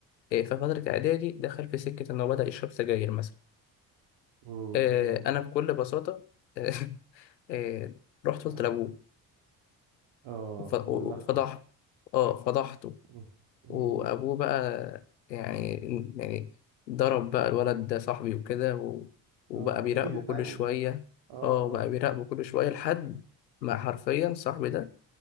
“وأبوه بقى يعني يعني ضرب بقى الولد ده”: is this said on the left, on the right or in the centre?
Left